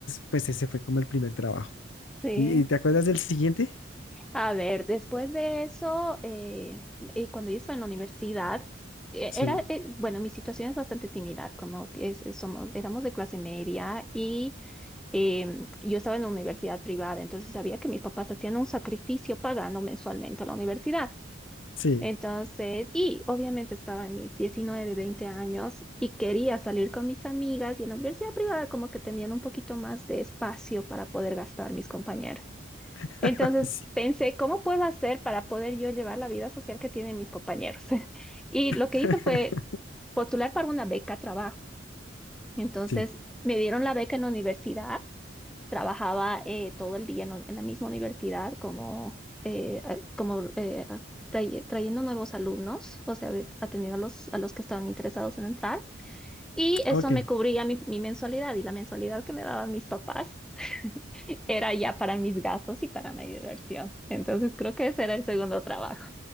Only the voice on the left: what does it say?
pues ese fue como el primer trabajo.
¿Y, y te acuerdas del siguiente?
Sí,
sí,
<laughs>
sí,
<laughs>
sí,
ok.